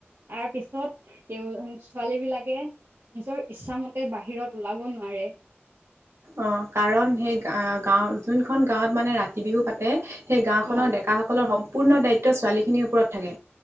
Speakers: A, on the right (about 60°); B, on the right (about 80°).
A: তাৰ পিছত <unintelligible> ছোৱালীবিলাকে নিজৰ ইচ্ছামতে বাহিৰত ওলাব নোৱাৰে।
B: অ', কাৰণ সেই গা-গাওঁ যোনখন গাঁৱত মানে ৰাতি বিহু পাতে সেই গাঁওখনৰ
A: অ
B: ডেকাসকলৰ সম্পূৰ্ণ দায়িত্ব ছোৱালীখিনিৰ ওপৰত থাকে।